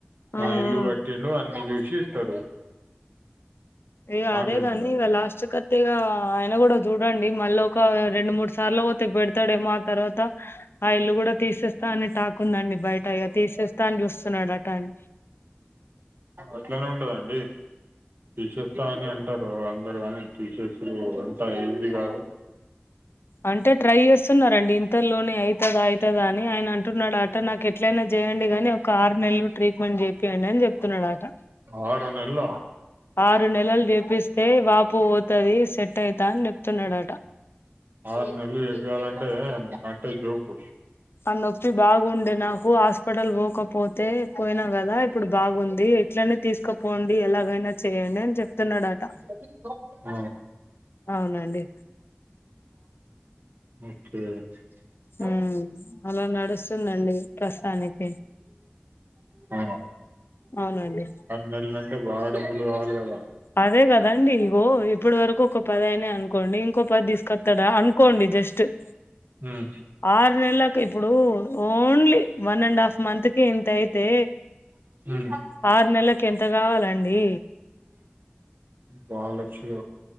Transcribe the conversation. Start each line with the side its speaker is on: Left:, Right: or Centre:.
Left: ఉమ్.
Right: ఆ ఇల్లు గట్టిండు అన్ని జేసి ఇస్తారు.
Left: ఇగ
Right: మాకేమున్నది
Left: అదే కానీ ఇగ లాస్ట్ కి కట్టేది ఆమ కూడా చూడండి మళ్ళీ ఒక రెండు మూడు సార్లు పోతే పెడతాడేమో ఆ తర్వాత ఆ ఇల్లు కూడ తీసేస్తా అని టాకు ఉంది అండి బయట తీసేస్తా అని చూస్తున్నాడు అటని
Right: అట్లనే ఉంటదండి. తీసేస్తా అని అంటారు అందరు కానీ తీసేసుడు అంతా ఈజీ కాదు.
Left: అంటే ట్రై చేస్తున్నాడండి ఇంతలోనే అయితదా అయితుదా అని ఆయన అంటున్నాడు ఆట నాకు ఎట్లయినా చేయండి గాని ఒక ఆరు నెలలు ట్రీట్మెంట్ చెప్పేయండి అని చెబుతున్నాడట.
Right: ఆరు నెల్లా
Left: ఆరు నెలలు చేపిస్తే వాపు పోతది సెట్ అయితా అని చెప్తున్నాడట.
Right: ఆరు నెలలు చేపియ్యాలంటే నాటే జోక్
Left: అ నొప్పి బాగుండే నాకు హాస్పిటల్ పోకపోతే పోయినా కదా ఇప్పుడు బాగుంది. ఇట్లని తీసుకుపోండి ఎలాగైనా చేయండి అని చెప్తున్నాడాట.
Right: <inaudible>
Left: అవునండి.
Right: ఓకే. ఆ
Left: ఉ అలా నడుస్తుందండి ప్రస్తుతానికి
Right: ఆ
Left: అవునండి.
Right: నెల్ అంటే బా డబ్బులు కావాలి కదా.
Left: అదే కదండి ఇగో ఇప్పడు వరకు ఒక పద అయినా అనుకోండి ఇంకో పది తీసుకొస్తాడా అనుకోండి జస్ట్ <inaudible>
Right: మ్మ్
Left: ఆరు నెలకు ఇప్పుడు only one and half month కి ఇంత అయితే
Right: మ్మ్
Left: ఆరు నెలలకి ఎంత కావాలండి.
Right: బాలక్ష్మిీ